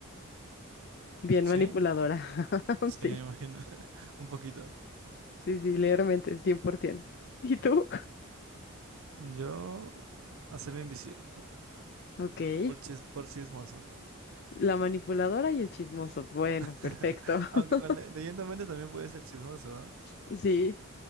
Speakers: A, on the left; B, on the right.
A: Bien
B: ¿Sí?
A: manipuladora. <laughs>
B: Sí,
A: Sí,
B: me imagino. <laughs> Un poquito.
A: sí, sí, leer mentes, 100%. ¿Y tú?
B: Yo hacerme invisible
A: Ok.
B: por, chis- por chismoso.
A: La manipuladora y el chismoso. Bueno,
B: <laughs>
A: perfecto. <laughs>
B: Aunque con le- leyendo mentes también puede ser chismoso, ¿ah?
A: Sí,